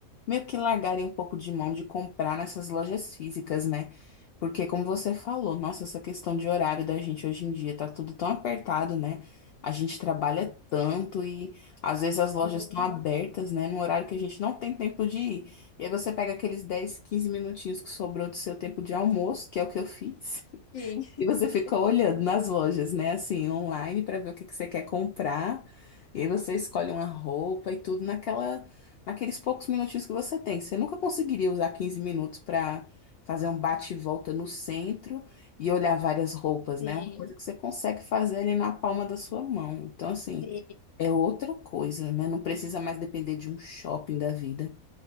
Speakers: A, on the left; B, on the left.
A: meio que largarem um pouco de mão de comprar nessas lojas físicas, né? Porque, como você falou, nossa, essa questão de horário da gente hoje em dia tá tudo tão apertado, né? A gente trabalha tanto e às vezes as lojas
B: Sim.
A: estão abertas, né? Num horário que a gente não tem tempo de ir. E aí você pega aqueles 10, 15 minutinhos que sobrou do seu tempo de almoço, que é o que eu fiz.
B: Sim,
A: E você fica olhando nas lojas, né? Assim, online para ver o que que você quer comprar. E aí você escolhe uma roupa e tudo naquela, naqueles poucos minutinhos que você tem. Você nunca conseguiria usar 15 minutos para fazer um bate e volta no centro e olhar várias roupas,
B: sim,
A: né? Uma coisa que você consegue fazer ali na palma da sua mão. Então, assim,
B: sim.
A: é outra coisa, né? Não precisa mais depender de um shopping da vida.